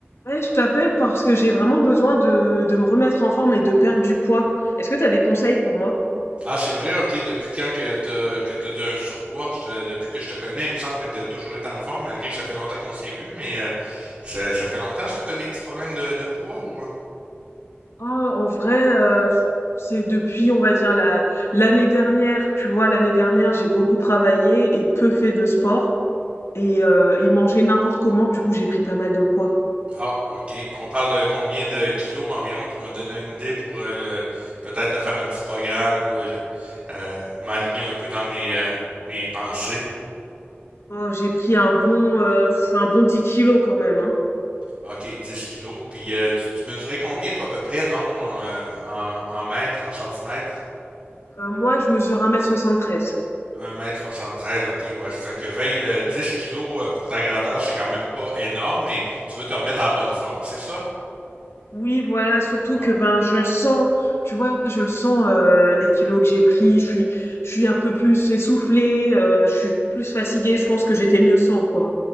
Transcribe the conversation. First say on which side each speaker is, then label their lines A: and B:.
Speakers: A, on the left; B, on the right.
A: Ouais, je t'appelle parce que j'ai vraiment besoin de, de me remettre en forme et de perdre du poids. Est-ce que t'as des conseils pour moi?
B: Ah, c'est vrai, ok. Depuis quand que t'as que t'as du un surpoids, Je te- depuis que je te connais, il me semble que t'as toujours été en forme, malgré que ça fait longtemps qu'on s'est vu, mais euh, ça, ça fait longtemps ça que t'as des petits problèmes de, de poids ou?
A: Oh, en vrai, euh, c'est depuis, on va dire, la, l'année dernière. Tu vois, l'année dernière, j'ai beaucoup travaillé et peu fait de sport et, euh, et mangé n'importe comment. Du coup, j'ai pris pas mal de poids.
B: Ah, ok. Puis on parle de combien de kilos environ pour me donner une idée pour euh, le peut-être te faire un petit programme ou euh, je- euh, m'aligner un peu dans mes euh, mes pensées.
A: Oh, j'ai pris un bon, euh, un bon 10 kilos quand même, hein.
B: Ok, 10 kilos. Puis euh, tu, tu mesurais combien toi à peu près, donc euh, en, en mètres, en centimètres?
A: Heu, moi, je mesure 1 m 73.
B: Un mètre soixante treize, ok, ouais. Ça fait que 20 euh, 10 kilos euh, pour ta grandeur, c'est quand même pas énorme, mais tu veux te remettre en bonne forme, c'est ça?
A: Oui, voilà, surtout
B: Bon.
A: que, ben, je le sens, tu vois? Je le sens, heu, les kilos que j'ai pris, je suis je suis un peu plus essoufflée, heu, je suis plus fatiguée, je pense que j'étais mieux sans, quoi.